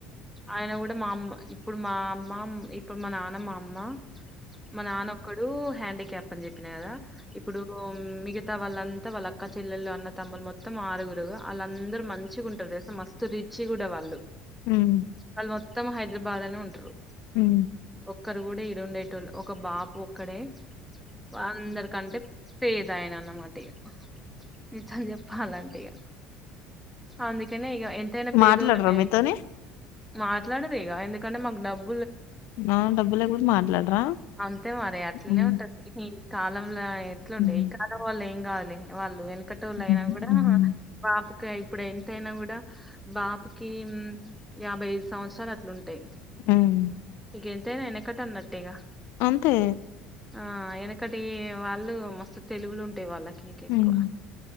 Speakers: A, in the centre; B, on the left.
A: ఆయన కూడా మా అమ్మ ఇప్పుడు మా అమ్మ ఇప్పుడు మా నాన్న మా అమ్మ మా నాన్నొక్కడు హ్యాండీక్యాప్ అని చెప్పినా కదా ఇప్పుడు మిగతా ంతా వాళ్ళంతా వాళ్ళ అక్క చెల్లెలు అన్న తమ్ములు మొత్తం ఆరుగురు ఆళ్ళందరు మంచిగా ఉంటరు మస్తు రిచ్చి కూడా వాళ్ళు.
B: హ్మ్
A: వాళ్ళు మొత్తం హైదరాబాద్ లనే ఉంటరు.
B: హ్
A: ఒక్కరు కూడా ఇడ ఉండేటోళ్ళు ఒక బాపు ఒక్కడే అందరికంటే పేదాయనా అన్నమాట ఇగా నిజంచెప్పా లంటే ఇగా అందుకనే ఇగా ఎంతైనా పేదోలమ్మె
B: మాట్లాడరా మీతోని
A: మాట్లాడరే ఇగా ఎందుకంటే మాకు డబ్బు
B: ఆ డబ్బు లేకపోతే మాట్లాడరా.
A: అంతే మరి అట్లనే
B: ఉహు,
A: ఉంటది. ఈ కాలంలా ఎట్లుండే
B: ఉహు,
A: ఈ కాలం వాళ్ళు ఏం కాదు. లే వాళ్ళు వెనకటోళ్ళు అయినా
B: ఉహు,
A: కూడా
B: ఉహు.
A: బాపుకి అయి ఇప్పుడు ఎంతైనా కూడా బాపుకి యాభైఐదు సంవత్సరాలు అట్లుంట టే
B: ఉమ్
A: ఇగ ఎంతైనా ఎనకట అన్నట్టేగా.
B: అంతే
A: ఆ ఎనకటి వాళ్ళు మస్తు తెలువులు ఉంటయి వాళ్ళకి ఇంకెక్కువ.
B: ఉమ్,